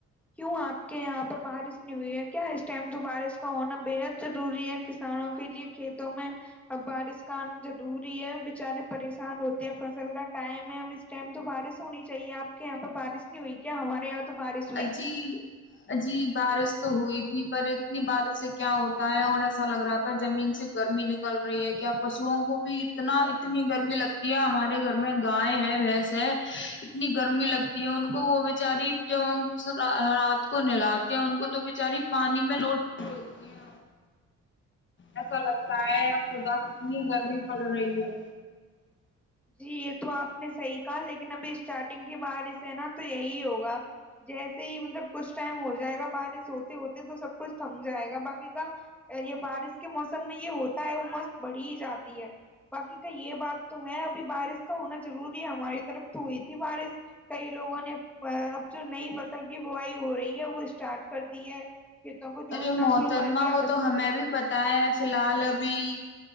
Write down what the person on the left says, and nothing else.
جی جی بارش تو ہوئی پر اتنی بارش سے کیا ہوتا ہے اور ایسا لگ رہا تھا جمین سے گرمی نکل رہی ہے کیا پشووں کو بھی اتنا اتنی گرمی لگتی ہے ہمارے گھر میں گائے ہے بھینس ہے اتنی گرمی لگتی ہے ان کو وہ بیچاری جب ہم رات کو نہلاتے ہیں ان کو تو بچاری پانی میں لوٹتی ہے ایسا لگتا ہے خدا کتنی گرمی پڑ رہی ہے
ارے محترما
وہ تو ہمیں بھی پتہ ہے فی الحال اب بھی